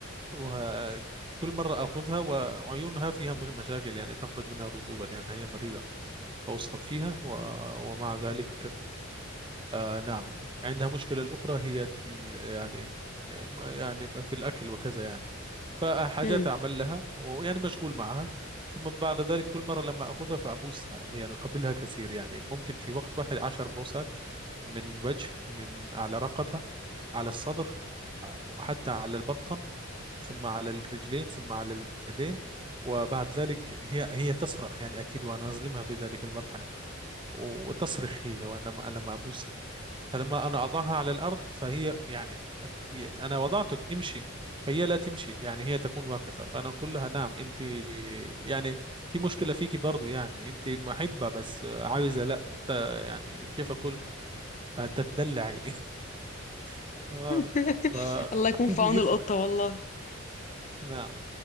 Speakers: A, on the right (about 25°); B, on the left (about 35°).
A: وكل مرة آخذها وعيونها فيها مشاكل يعني تخرج منها رطوبة لأن هي مريضة وأسخب فيها و...
B: آه.
A: ومع ذلك آه نعم عندها مشكلة أخرى هي ال- يعني يعني في الأكل وكذا يعني فحاجات
B: مم.
A: أعمل لها ويعني مشغول معها ثم بعد ذلك كل مرة لما أخذها فأبوسها يعني أقبلها كثير يعني ممكن في وقت واحد عشر بوسات من وجه من على رقبة على الصدر آه، حتى على البطن ثم على الرجلين ثم على اليدين وبعد ذلك هي هي تصرخ يعني أكيد وأنا أظلمها في ذلك المرحلة وتصرخ هي وانا م- لما ابوسها فلما انا اضعها على الارض فهي يعني انا وضعتك امشي فهي لا تمشي يعني هي تكون واقفه فانا اقول لها نعم انت يعني في مشكله فيكي برضو يعني انت محبه بس عايزه لا ت- يعني كيف اقول آه، تتدلعي <laughs> اه
B: <laughs>
A: ف
B: الله
A: <laughs>
B: يكون في عون
A: يفرق
B: القطه والله
A: نعم